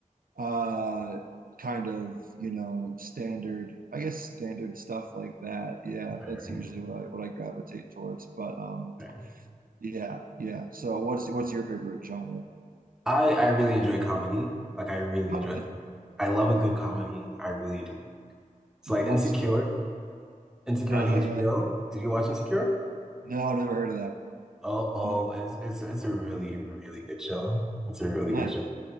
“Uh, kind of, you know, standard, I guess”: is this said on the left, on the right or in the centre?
Right